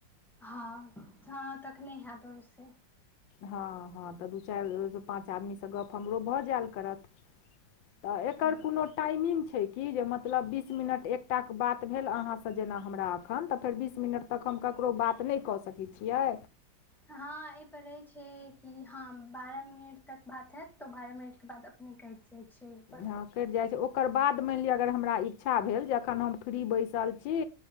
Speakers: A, in the centre; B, on the left (about 85°).
A: हँ हँ तखने हैत ओहिसँ।
B: हँ हँ तऽ दू चारिसँ पाँच आदमीसँ गप्प हमरो भऽ जायल करत। तऽ एकर
A: हँ
B: कोनो टाइमिंग छै कि? जे मतलब बीस मिनट एकटाक बात भेल अहाँसँ जेना हमरा एखन तऽ फेर बीस मिनट तक हम ककरो बात नहि कऽ सकैत छियै।
A: हँ ए पर रहे छै कि हँ बारह मिनट तक बात हयत तो बारह मिनट के बाद अपने कै कइट जाइ छै एहि पर।
B: हँ कटि जाइ छै ओकर बाद मानि लिअ अगर हमरा इच्छा भेल जे एखन हम फ्री बैसल छी